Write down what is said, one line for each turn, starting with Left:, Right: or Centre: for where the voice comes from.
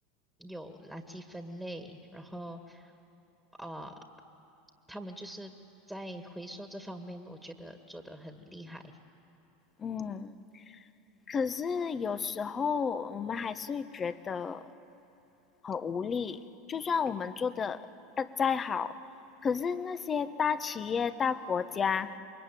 Centre: 有垃圾分类，然后啊、呃他们就是在回收这方面，我觉得做得很厉害。
Left: 嗯，可是有时候我们还是会觉得很无力，就算我们做的再好，可是那些大企业、大国家，